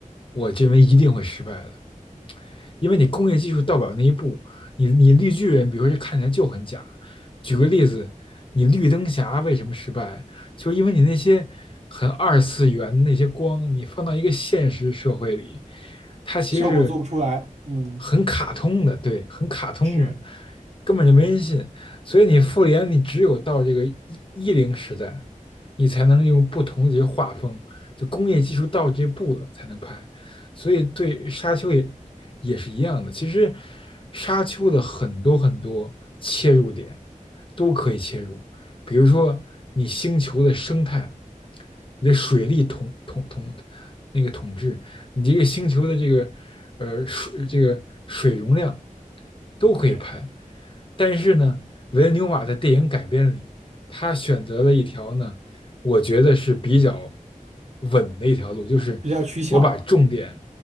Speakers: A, on the left; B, on the right.
A: 我认为一定会失败的。因为你工业技术到不了那一步，你你绿巨人，比如说这看起来就很假。举个例子，你绿灯侠为什么失败？就是因为你那些很二次元那些光，你放到一个现实社会里，它其实是
B: 效果做不出来，嗯，
A: 很卡通的，对，很卡通的，
B: 是，
A: 根本就没人信。所以你复联，你只有到这个一一零时代，你才能用不同的这些画风，就工业技术到这步了才能拍。所以对沙丘也也是一样的。其实沙丘的很多很多切入点都可以切入，比如说你星球的生态，你的水利统统统那个统治，你这个星球的这个呃水这个水容量都可以拍。
B: 对，
A: 但是呢，维恩纽瓦在电影改编里，他选择了一条呢我觉得是比较稳的一条路，就是我把重点
B: 比较取巧，